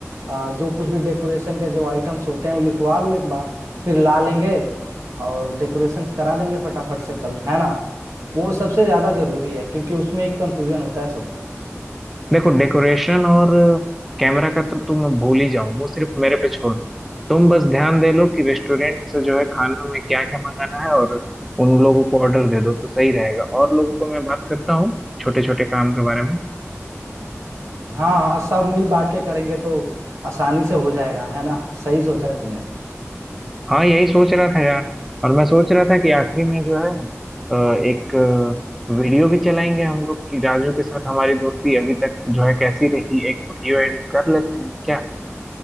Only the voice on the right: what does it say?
आ, जो कुछ भी डेकोरेशन के जो आइटम्स होते हैं वो लिखवा लो एक बार फिर ला लेंगे और डेकोरेशन करा देंगे फटाफट से कल है ना वो सबसे ज्यादा जरूरी है क्योंकि उसमें ही कंफ्यूजन होता है सबको
हाँ हाँ सब मिल बांट के करेंगे तो आसानी से हो जाएगा है ना सही सोचा है तुमने